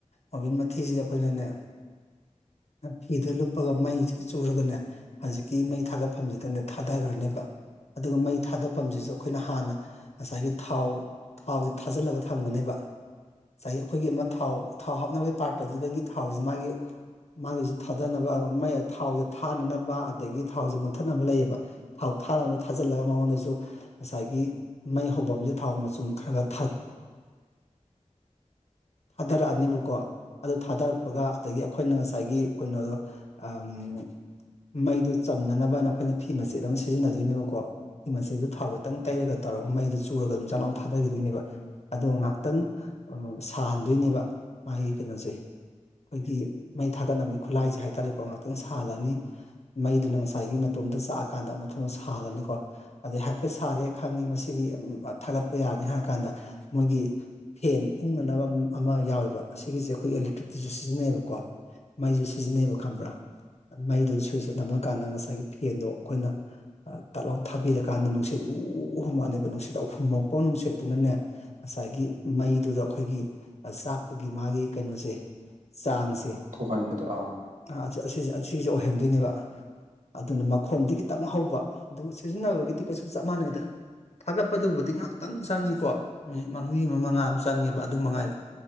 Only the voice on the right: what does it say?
<inaudible>
ꯊꯣꯛꯍꯟꯕꯗꯣ ꯑꯥ